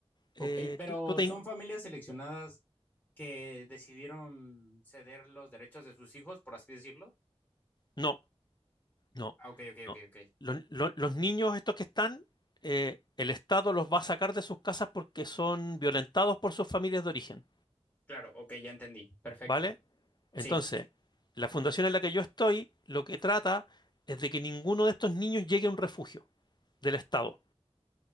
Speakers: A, on the left; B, on the left.
A: Eh,
B: Ok, pero
A: tú, tú te
B: son
A: in-
B: familias seleccionadas que decidieron ceder los derechos de sus hijos, por así decirlo.
A: No, no,
B: Ah, ok, ok,
A: no.
B: ok, ok.
A: Los, lo- los niños estos que están, eh, el Estado los va a sacar de sus casas porque son violentados por sus familias de origen.
B: Claro, ok, ya entendí. Perfecto.
A: ¿vale? Entonces,
B: Sí.
A: la fundación en la que yo estoy, lo que trata es de que ninguno de estos niños llegue a un refugio del Estado,